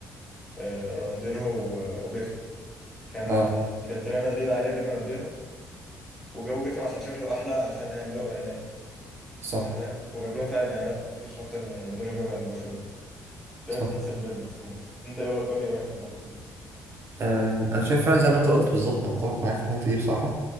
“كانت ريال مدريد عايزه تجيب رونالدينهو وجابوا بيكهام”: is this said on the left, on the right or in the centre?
Centre